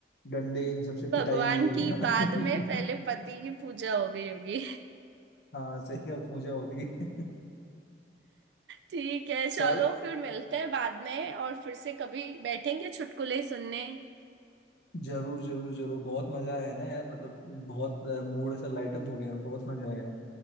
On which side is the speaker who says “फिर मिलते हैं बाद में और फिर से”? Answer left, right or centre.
Right